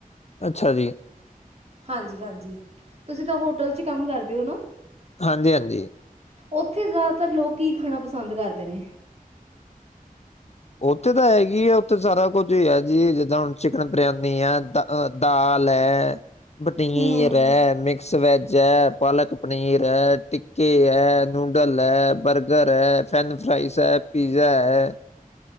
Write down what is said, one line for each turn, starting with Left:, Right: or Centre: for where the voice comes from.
Left: ਅੱਛਾ ਜੀ।
Right: ਹਾਂਜੀ- ਹਾਂਜੀ ਤੁਸੀਂ ਤਾਂ ਹੋਟਲ ਚ ਕੰਮ ਕਰਦੇ ਹੋ ਨਾ?
Left: ਹਾਂਜੀ- ਹਾਂਜੀ।
Right: ਉੱਥੇ ਜ਼ਿਆਦਾਤਰ ਲੋਕ ਕੀ ਖਾਣਾ ਪਸੰਦ ਕਰਦੇ ਨੇ।
Left: ਉੱਥੇ ਤਾਂ ਹੈਗੀ ਆ। ਉੱਥੇ ਸਾਰਾ ਕੁੱਝ ਹੀ ਹੈ ਜੀ, ਜਿੱਦਾਂ ਹੁਣ ਚਿਕਨ ਬਰਿਆਨੀ ਆ ਤ- ਅ ਦਾਲ ਹੈ, ਪਨੀਰ
Right: ਹਮ
Left: ਹੈ, ਮਿਕਸ ਵੈਜ ਹੈ, ਪਾਲਕ ਪਨੀਰ ਹੈ, ਟਿੱਕੇ ਹੈ, ਨੂਡਲ ਹੈ, ਬਰਗਰ ਹੈ, ਫੈਨ ਫਰਾਈਸ ਹੈ। ਪੀਜ਼ਾ ਹੈ।